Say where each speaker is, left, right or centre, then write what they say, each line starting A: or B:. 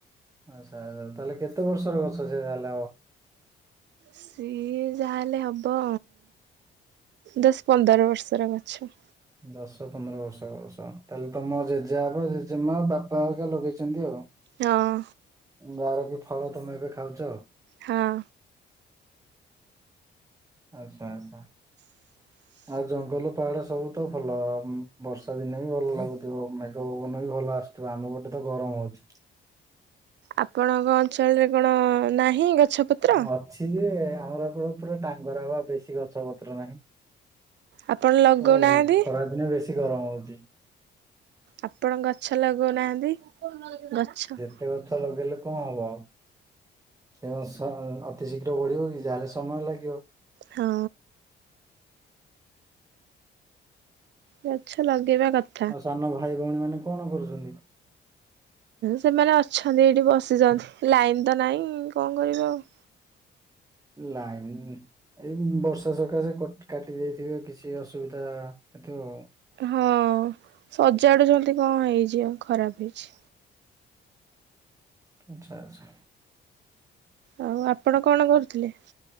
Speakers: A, on the right; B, on the right.
A: ଆଛା ତାହେଲେ କେତେ ବର୍ଷର ଗଛ ସେ ତାହେଲେ ଆଉ।
B: ସିଏ ଯାହା ହେଲେ ହବ ଦଶ ପନ୍ଦର ବର୍ଷର ଗଛ।
A: ଦଶ ପନ୍ଦର ବର୍ଷର ଗଛ। ତାହେଲେ ତମ ଜେଜେବାପା, ଜେଜେମା, ବାପା ହେରୀକା ଲଗେଇଛନ୍ତି ଆଉ।
B: ହଁ।
A: ଯାହାର କି ଫଳ ତମେ ଏବେ ଖାଉଛ।
B: ହଁ।
A: ଆଛା ଆଛା।
B: ହଁ <inaudible>
A: ଆଉ ଜଙ୍ଗଲ, ପାହାଡ ସବୁ ତ ଭଲ, ବର୍ଷା ଦିନେ ବି ଭଲ ଲାଗୁଥିବ, ମେଘ ପବନ ବି ଭଲ ଆସୁଥିବ। ଆମ ପଟେ ତ ଗରମ ହଉଛି।
B: ଆପଣଙ୍କ ଅଞ୍ଚଳରେ କଣ ନାହିଁ ଗଛ। ପତ୍ର?
A: ହଁ ଅଛି ଯେ, ଆମର ଏପଟେ ପୁରା ଟାଙ୍ଗର ହବା ବେଶୀ ଗଛ ଗଛ ପତ୍ର ନାହିଁ,
B: ଆପଣ ଲଗଉନାହାନ୍ତି
A: ତ ଖରାଦିନ ବେଶୀ ଗରମ ହଉଛି।
B: ଆପଣ ଗଛ ଲଗଉନାହାନ୍ତି ଗଛ।
A: ଗୋଟେ ଗଛ ଲଗେଇଲେ କଣ ହବ? ସେ ସ ଅତି ଶୀଘ୍ର ବଢିବ କି ଯାହେଲେ ସମୟ ଲାଗିବ।
B: ହଁ। ଗଛ ଲଗେଇବା କଥ୍
A: ଆଉ ସାନ ଭାଇ ଭଉଣୀ ମାନେ କଣ କରୁଛନ୍ତି?
B: ସେମାନେ ଅଛନ୍ତି ଏଇଠି ବସିଛନ୍ତି ଲାଇନ୍ ତ ନାହିଁ କଣ କରିବେ ଆଉ।
A: ଲାଇନ୍ ଏଇ ବର୍ଷା ସକାଶେ କଟ୍ କାଟି ଦେଇଥିବ କିଛି ଅସୁବିଧା ହେଉ ଥିବ।
B: ହଁ ସଜାଡୁଚନ୍ତି କଣ ହେଇଛି, ଆଉ ଖରାପ ହେଇଛି।
A: ଆଛା ଆଛା।
B: ଆଉ ଆପଣ କଣ କରୁଥିଲେ?